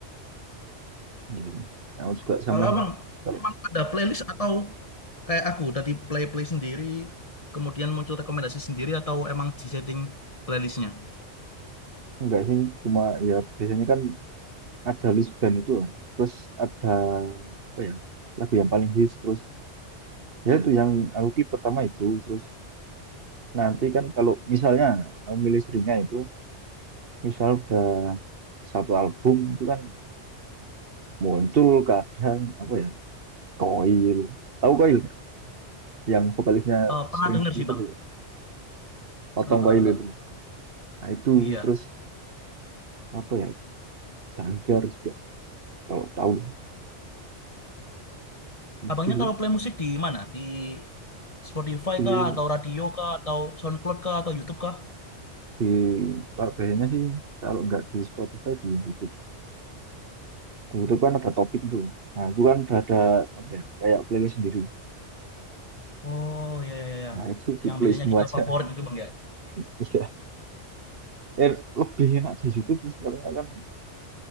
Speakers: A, on the right; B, on the left.
A: Iya, iya. Aku juga sama
B: Kalau
A: sih.
B: abang
A: Kalau
B: emang ada playlist atau kayak aku dari play-play sendiri, kemudian muncul rekomendasi sendiri atau emang di setting playlistnya?
A: enggak sih, cuma ya biasanya kan ada list band itu kan. Terus ada apa ya? Lagu yang paling hits terus ya itu yang aku klik pertama itu terus nanti kan kalau misalnya aku milih seringnya itu misal udah satu album itu kan muncul kadang apa ya Koil tahu Koil nggak yang vokalisnya
B: Eh, pernah
A: sering
B: denger
A: di Twitter
B: sih bang,
A: tuh, Otong
B: pernah pernah
A: Koil
B: denger.
A: itu nah itu
B: Iya,
A: terus apa ya Jangkar juga kalau tahu itu
B: abangnya
A: sih
B: kalau play musik di mana? Di Spotify
A: di,
B: kah atau radio kah atau SoundCloud kah atau YouTube kah?
A: di kalau bandnya sih kalau nggak di Spotify di YouTube di YouTube kan ada topik itu kan nah itu kan udah ada apa ya kayak playlist sendiri
B: Oh iya iya iya,
A: nah itu ditulis
B: yang biasanya
A: semua
B: kita
A: aja
B: favorit itu bang ya.
A: <laughs> ya eh, lebih enak di YouTube sih soalnya kan